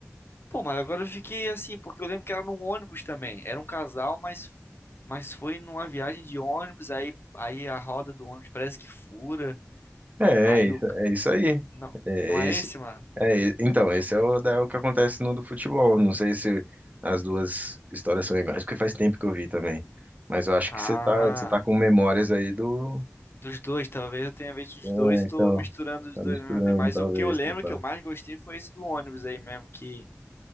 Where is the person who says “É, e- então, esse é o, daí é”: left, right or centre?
Right